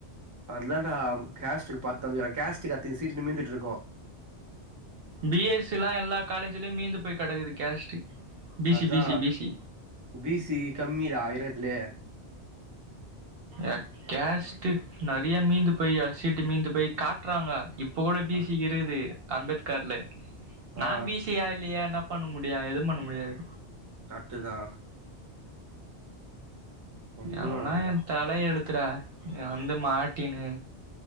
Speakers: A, on the right; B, on the right.
A: அதுலதான்டா கேஸ்டுக்கு பாத் தந்திருக்குறா கேஸ்டுக்கு அத்தின சீட்டு நிமிந்துட்ருக்கு
B: பி எஸ் சி லா எல்லா காலேஜ்லையு மீந்து போய் கெடக்குது கேஸ்ட்டு பி
A: அதா
B: சி பி C B C
A: B C கம்மிரா இருகதுலே
B: அ கேஷ்டு நெறைய மீந்து போய் அர சீட்டு மீந்து போய் காட்றாங்க இப் ப கூட பி
A: ஆ
B: சி க்கு இருக்குது அம்பேத்கார்ல நா
A: ஆ
B: பி சி யா இல்லையே என்னா பண்ண முடியு எதும் பண்ண முடியாது
A: கர்ட்டுதா ஒன்னு பண்ண
B: எல்லா
A: முடியாதுப்பா
B: எ தல எழுத்துறா இங்க வந்து மாட்டினு